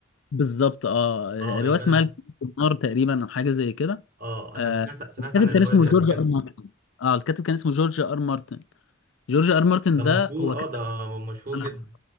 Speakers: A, on the left; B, on the right.
A: بالظبط اه
B: اه
A: رواية
B: يبقى
A: اسمها
B: انا
A: الكتاب في النار تقريبا او حاجة زي كده
B: اه
A: آه،
B: انا سمعت سمعت
A: الكاتب
B: عن الروايه
A: كان اسمه
B: دي
A: جورج
B: قبل كده
A: ار مارتن اه الكاتب كان اسمه جورج ار مارتن جورج ار مارتن
B: ده
A: ده
B: مشهور
A: هو كتب
B: اه ده مشهور
A: انا
B: جدا